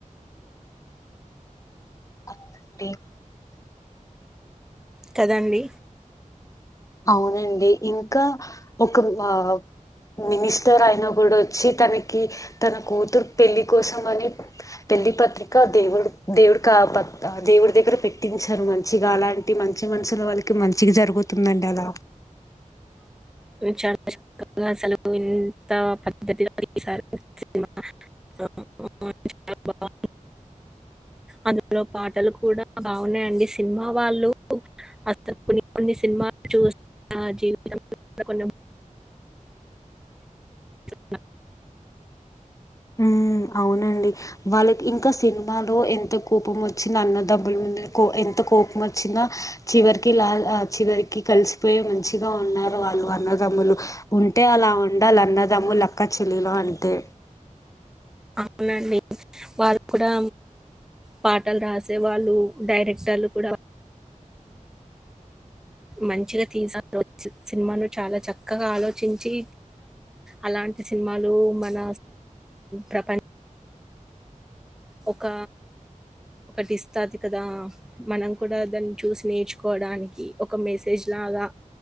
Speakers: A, on the left; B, in the centre.
A: ద్
B: కదండి
A: అవునండి ఇంకా ఒక ఆ మినిస్టర్ అయిన కూడా వచ్చి తనకి తన కూతురు పెళ్ళి కోసం అని పెళ్లి పత్రిక దేవుడు దేవుడు కాపత్ దేవుడి దగ్గర పెట్టించారు మంచిగా అలాంటి మంచి మనుషుల వాళ్ళకి మంచిగా జరుగుతుం ంట్ అలా
B: చాలా చక్కగా అసలు ఎంత పద్ధతిగ తీసారు సినిమా ఆ, చాలా బాగుంది అందులో పాటలు కూడా బాగున్నాయండి సినిమా వాళ్ళు అ కొన్ని కొన్ని సినిమా మనం చూస్తున్న జీవితంలో కూడ కొన్ని <unintelligible>
A: హుమ్ అవునండి వాళ్ళకి ఇంకా సినిమాలో ఎంత కోపం వచ్చిన అన్నదబ్బుల ముందు కో ఎంత కోపం వచ్చినా చివరికి లా చివరికి కలిసిపోయి మంచిగా ఉన్నారు వాళ్ళు అన్నదమ్ములు ఉంటే అలా ఉండాల అన్నదమ్ములు అక్క చేల్ లో అంటే
B: అవునండి వాళ్ళు కూడా పాటలు రాసే వాళ్ళు డైరెక్టర్ కూడా మంచిగా తీస సినిమాను చాలా చక్కగా ఆలోచించి అలాంటి సినిమాలు మన ప్రపంచ ఒక ఒకటి ఇస్తాది కదా మనం కూడా దాన్ని చూసి నేర్చుకోవడానికి ఒక మెసేజ్ లా అగా